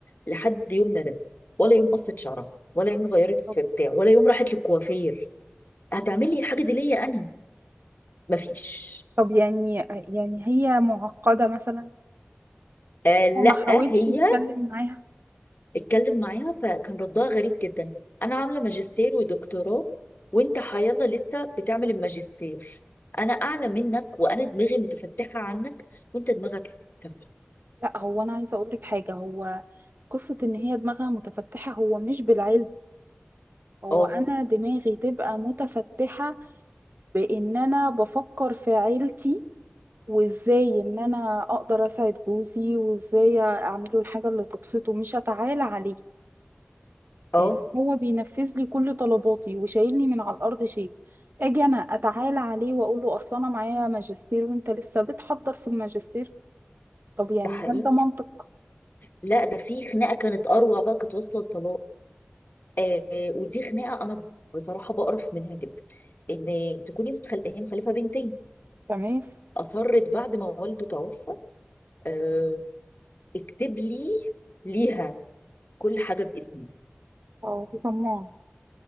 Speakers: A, on the left; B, on the right.
A: لحد يومنا ده ولا يوم قصت شعرها ولا يوم غيرت في
B: طب
A: بتاع ولا يوم راحت للكوافير هتعملي الحاجة دي ليا أنا مفيش
B: طب يعني يعني هي معقدة مثلا
A: آه لا
B: هو ما حاولش
A: هي
B: يتكلم معاها
A: اتكلم معاها فكان ردها غريب جدا انا عامله ماجستير ودكتوراه وانت حيالله لسه بتعمل الماجستير انا اعلى منك وانا دماغي متفتحه عنك وانت دماغك تافهه
B: لا هو انا عايزة اقول لك حاجة هو قصة ان هي دماغها متفتحة هو مش بالعلم هو
A: اه
B: انا دماغي تبقى متفتحة بان انا بفكر في عيلتي وازاي ان انا اقدر اساعد جوزي وازاي اعمله الحاجة اللي تبسطه مش اتعالى عليه
A: اه
B: يعني هو بينفذ لي كل طلباتي وشايلني من على الارض شيء اجي انا اتعالى عليه واقول له اصل انا معايا ماجستير وانت لسه بتحضر في الماجستير طب يعني
A: ده حقيقي
B: هل ده منطق
A: لا ده في خناقه كانت اروع بقى كانت واصله لطلاق آه آه، ودي خناقه انا بصراحه بقرف منها جدا ان تكوني مخل... هي مخلفه بنتين
B: تمام
A: فاصرت بعد ما والده توفى آه اكتب لي ليها كل حاجه باسمي
B: اه دي طماعة